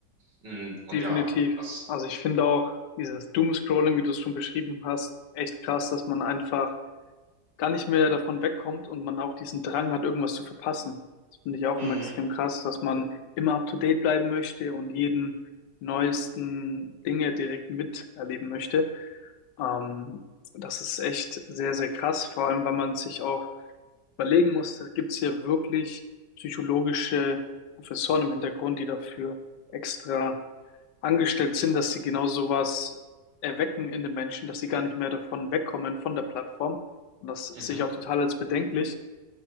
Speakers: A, on the right (about 80°); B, on the left (about 85°).
A: Mm, Und
B: definitiv.
A: ja, das.
B: Also ich finde auch dieses Doomscrolling, wie du es schon beschrieben hast, echt krass, dass man einfach gar nicht mehr davon wegkommt und man auch diesen Drang hat, irgendwas zu verpassen. Das finde ich auch
A: Mhm,
B: immer extrem krass, dass man immer up to date bleiben möchte und jeden neuesten Dinge direkt miterleben möchte. Ähm, das ist echt sehr, sehr krass, vor allem, weil man sich auch überlegen muss, gibt es hier wirklich psychologische Professoren im Hintergrund, die dafür extra angestellt sind, dass sie genau sowas erwecken in den Menschen, dass sie gar nicht mehr davon wegkommen von der Plattform. Und das
A: mhm,
B: sehe ich auch total als bedenklich.